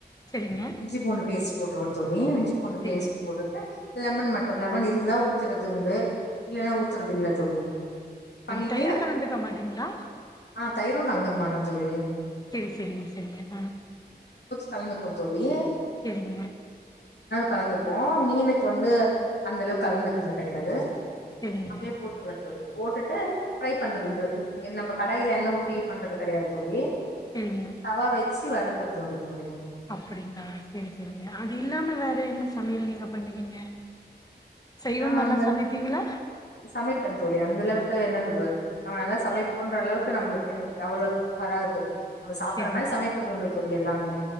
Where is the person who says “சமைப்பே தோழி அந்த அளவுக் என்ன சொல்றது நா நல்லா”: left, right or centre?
Left